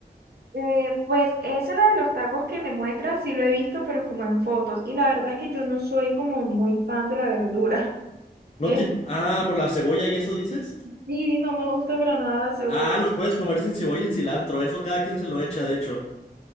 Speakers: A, on the right (about 65°); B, on the left (about 35°).
A: Eh, pues esa la de los tacos que me muestra, sí lo he visto, pero como en fotos. Y la verdad es que yo no soy como muy fan de la verdura. <laughs>
B: No
A: Es-
B: tien- Ah, por la cebolla y eso dices.
A: sí, no me gusta para nada la cebolla.
B: Ah, los puedes comer sin cebolla y cilantro. Eso cada quien se lo echa, de hecho.